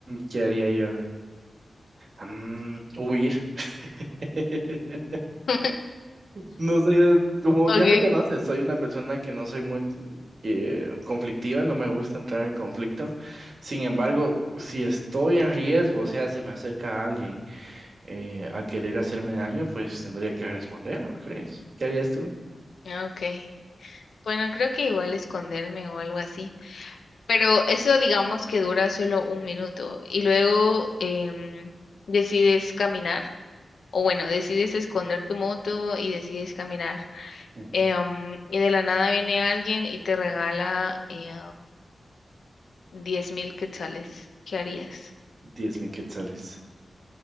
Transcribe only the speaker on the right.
¿qué haría yo? Mm, huir. <laughs>
No soy, como
ya me conoces, soy una persona que no soy muy eh, conflictiva, no me gusta entrar en conflicto. Sin embargo, si estoy en riesgo, o sea, se me acerca alguien eh, a querer hacerme daño, pues tendría que responder, ¿no crees? ¿Qué harías tú?
Ujú.
Diez mil quetzales.